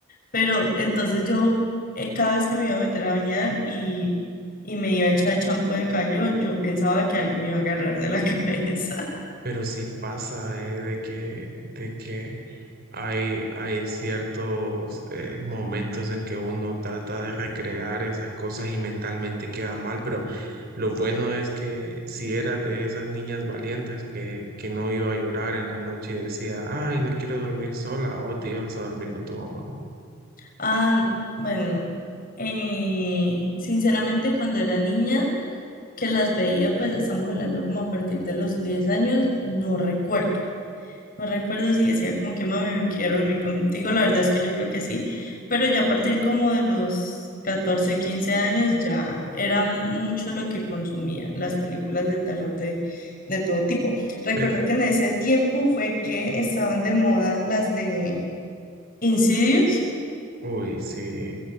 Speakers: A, on the left (about 45°); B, on the right (about 50°).
A: Pero entonces yo eh, cada vez que me iba a meter a bañar y, y me iba a echar champú en el cabello, yo pensaba que algo me iba a agarrar de la <laughs> cabeza.
B: Pero sí pasa, eh, de que, de que hay, hay ciertos eh, momentos en que uno trata de recrear esas cosas y mentalmente queda mal, pero lo bueno es que si eras de esas niñas valientes que, que no iba a llorar en la noche y decía, ay, no quiero dormir sola, o te ibas a dormir con tu mamá.
A: Ah, bueno, eh, sinceramente cuando era niña que las veía, pues estamos hablando como a partir de los 10 años, no recuerdo. No recuerdo si decía como que mami, me quiero dormir contigo, la verdad es que yo creo que sí, pero ya a partir como de los 14 15 años ya era mu- mucho lo que consumía las películas de terror de, de todo tipo. Recuerdo
B: pero
A: que en ese tiempo fue que estaban de moda las de Insidious.
B: Uy, sí,